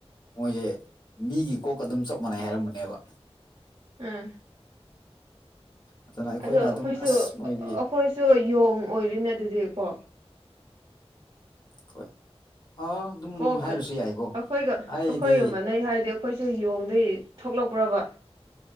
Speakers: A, on the left; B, on the right.
A: ꯃꯣꯏꯁꯦ ꯃꯤꯒꯤ ꯀꯣꯛꯀ ꯑꯗꯨꯝ ꯆꯞ ꯃꯥꯟꯅꯩ ꯍꯥꯏꯔꯝꯕꯅꯦꯕ
B: ꯑꯥ
A: ꯑꯗꯨꯅ ꯑꯩꯈꯣꯏꯅ
B: ꯑꯣ ꯑꯩꯈꯣꯏꯁꯨ
A: ꯑꯗꯨꯝ ꯑꯁ ꯃꯣꯏꯗꯤ
B: ꯑꯩꯈꯣꯏꯁꯨ ꯌꯣꯡ ꯑꯣꯏꯔꯤꯅꯦ ꯑꯗꯨꯗꯤꯀꯣ
A: ꯍꯣꯏ ꯑꯥ ꯑꯗꯨꯝ
B: ꯀꯣꯛꯒ
A: ꯍꯥꯏꯔꯁꯨ ꯌꯥꯏꯀꯣ
B: ꯑꯩꯈꯣꯏꯒ
A: ꯍꯥꯏꯗꯤ
B: ꯑꯩꯈꯣꯏꯒ ꯃꯥꯟꯅꯩ ꯍꯥꯏꯔꯗꯤ ꯑꯩꯈꯣꯏꯁꯨ ꯌꯣꯡꯗꯣꯏ ꯊꯣꯛꯂꯛꯄ꯭ꯔꯕ